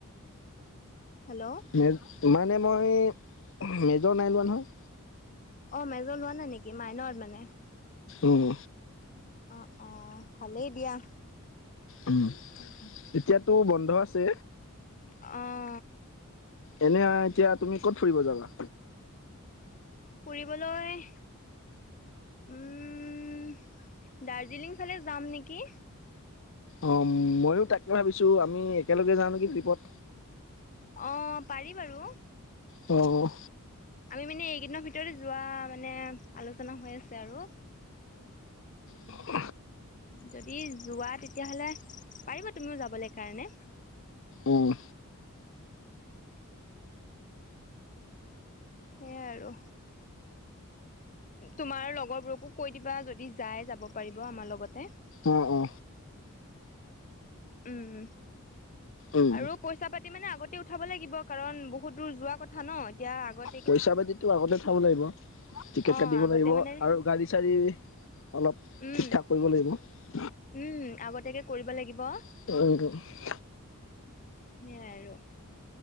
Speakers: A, on the left; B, on the left.
A: হেল্ল'।
B: মেজ মানে মই এই মেজৰ নাই লোৱা
A: অ
B: নহয়,
A: অ মেজৰ লোৱা নাই নেকি মাইনৰ মানে
B: উম।
A: অ' অ', ভালেই দিয়া।
B: উম, এতিয়াতো বন্ধ আছে।
A: অ'।
B: এনে এতিয়া তুমি ক'ত ফুৰিব যাবা?
A: ফুৰিবলৈ উম দাৰ্জিলিং ফালে যাম নেকি?
B: অ ময়ো তাকে ভাবিছো আমি একেলগে যাওঁ নেকি? ট্ৰিপত
A: অ পাৰি বাৰু।
B: অ'হ
A: আমি মানে এইকেইদিনৰ ভিতৰত যোৱা মানে আলোচনা হৈ আছে আৰু।
B: উম <unintelligible>
A: যদি যোৱা তেতিয়াহ'লে পাৰিবা তুমিও যাবলৈ কাৰণে।
B: উম
A: সেয়াই আৰু তোমাৰ লগৰবোৰকো কৈ দিবা যদি যাই যাব পাৰিব আমাৰ লগতে।
B: অ অ
A: উম
B: উম,
A: আৰু পইচা পইছা-পাতি মানে আগতেই উঠাব লাগিব, কাৰণ বহুত দূৰ যোৱা কথা ন! এতিয়া আগত
B: পইচা-পাতিটো আগতে থ'ব লাগিব, টিকেট
A: অ
B: কাটিব
A: আগতে
B: লাগিব,
A: মানে
B: আৰু গাড়ী চাৰি অলপ
A: উম
B: ঠিক-ঠাক কৰিব লাগিব।
A: উম, আগতীয়াকে কৰিব লাগিব।
B: <unintelligible>
A: সেয়াই আৰু।